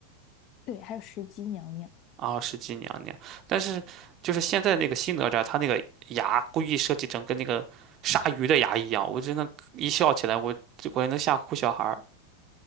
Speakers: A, on the left; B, on the right.
A: 对，还有石矶娘娘。
B: 哦，石矶娘娘，但是就是现在那个新哪吒，他那个牙故意设计成跟那个鲨鱼的牙一样，我真的，一笑起来，我这果然能吓唬小孩儿